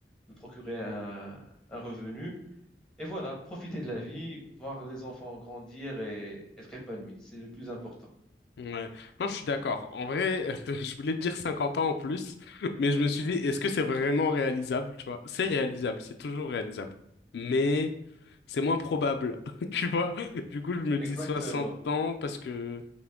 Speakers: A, in the centre; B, on the left.
A: me procurer un, un revenu et voilà, profiter de la vie, voir les enfants grandir et être épanoui, c'est le plus important.
B: Ouais. Non, je suis d'accord. En vrai, <laughs> je voulais te dire 50 ans en plus, mais je me suis dit, est-ce que c'est vraiment réalisable, tu vois? C'est réalisable, c'est toujours réalisable. Mais c'est moins probable, <laughs> tu vois? Du coup, je me dis
A: Exactement,
B: 60 ans parce que